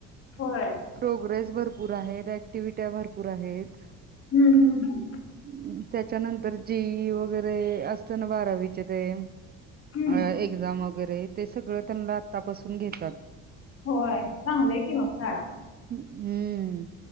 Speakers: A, on the left (about 45°); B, on the right (about 30°).
A: होय
B: प्रोग्रेस भरपूर आहेत. ऍक्टिव्हट्या भरपूर आहेत.
A: हम्म हम्म ह्.
B: अं, त्याच्यानंतर जेई वगैरे असतं ना बारावीचे ते
A: हम्म
B: अ एक्झाम वगैरे ते सगळं त्यांना आतापासून घेतात.
A: होय चांगलंय की मग शाळा
B: ह हम्म.